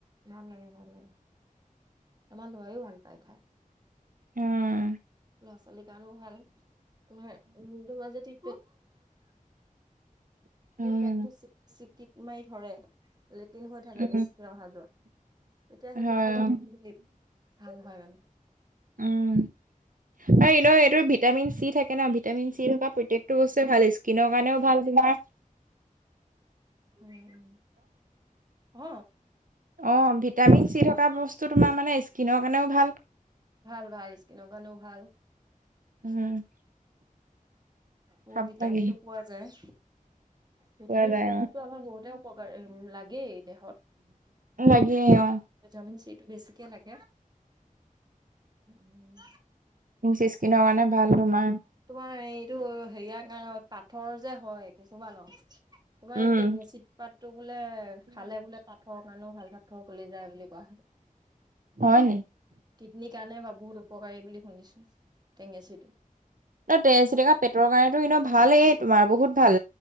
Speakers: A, on the right; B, on the right.
A: ভাল লাগে ভাল লাগে, আমাৰ ল'ৰাইও ভাল পায় খাই।
B: উম,
A: ল'ৰা ছোৱালীৰ কাৰণেও ভাল, তোমাৰ উম, <unintelligible> তোমাৰ যদি
B: উম
A: পেটটো চিক-চিকিত মাৰি ধৰে লেট্ৰিন হৈ থাকে
B: উম
A: বেছিকে অহা যোৱা। তেতিয়া সেইটো
B: হয়
A: খালেওে,
B: অ
A: <unintelligible> ভাল হয় মানে।
B: উম, আৰু এনেও এইটো ভিটামিন চি থাকে ন' ভিটামিন চি থকা প্ৰত্যেকটো বস তে ভাল, স্কিনৰ কাৰণেও ভাল, তোমাৰ
A: উম, হ?
B: অ', ভিটামিন চি থকা বস্তু তোমাৰ মানে স্কিনৰ কাৰণেও ভাল।
A: ভাল ভাল স্কিনৰ কাৰণেও ভাল।
B: উম,
A: বহুত
B: খাব
A: ভিটামিনো
B: লাগে
A: পোৱা যায়। ভিটামিন
B: পোৱা যায়
A: চি কিন্তু আমাৰ বহুতে উপকাৰ, লাগেই দেহত।
B: অ লাগে অ
A: ভিটামিন চিটো বেছিকে লাগে, উম,
B: বেছি স্কিনৰ কাৰণে ভাল তোমাৰ।
A: তোমাৰ এইটো হেৰিয়া কাৰণে পাঠৰ যে হয়, কিছুমানৰ। তোমাৰ
B: উম
A: এই টেঙেচি পাতটো বোলে, খালে বোলে পাঠৰৰ কাৰণেও ভাল। পাঠৰ গলি যায় বুলি কোৱা শুনো,
B: হয় নি
A: কিডনীৰ কাৰণেও বা বহুত ঔ উপকাৰী বুলি শুনিছো, টেঙেচিটো।
B: ত টেঙেচী টেঙা পেটৰ কাৰণেতো এনেও ভালেই তোমাৰ বহুত ভাল।